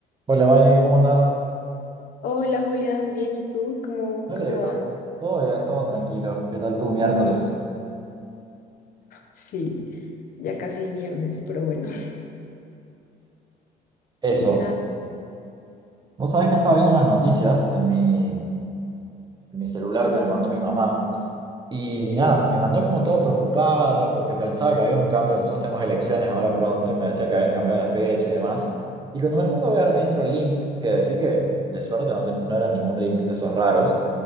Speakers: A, on the right; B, on the left.
A: Hola, Vale, ¿cómo andás?
B: Hola Julián, bien, ¿y tú? ¿Cómo,
A: Me
B: cómo
A: alegro.
B: vas?
A: Todo bien, todo tranquilo. ¿Qué tal tu miércoles?
B: Sí, ya casi viernes, pero bueno,
A: Eso.
B: <laughs> nada,
A: Vos sabés que estaba viendo unas noticias en mi, en mi celular que me mandó mi mamá. Y
B: sí,
A: nada, me mandó como todo preocupada porque pensaba que había un cambio, nosotros tenemos elecciones ahora pronto y me decía que habían cambiado la fecha y demás. Y cuando me pongo a ver, entro al link, que decí que de suerte no, ten- no era ningún link de esos raros,